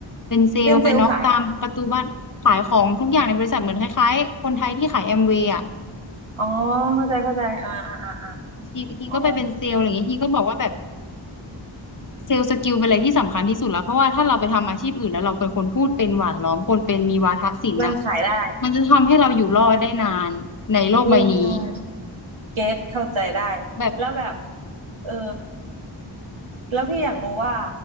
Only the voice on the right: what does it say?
เป็นเซลล์ขายอะไร
อ๋อเข้าใจเข้าใจอ่าอ่าอ่าอา
อ๋อ
มันขายได้
อืมอืมเก็ตเข้าใจได้
แล้วแบบเออแล้วพี่อยากรู้ว่า